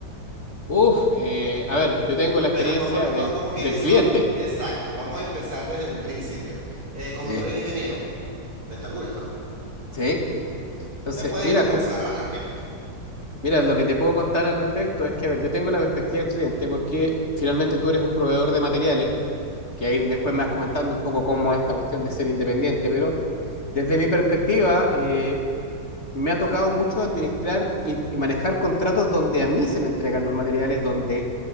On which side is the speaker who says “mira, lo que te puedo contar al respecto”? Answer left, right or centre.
Left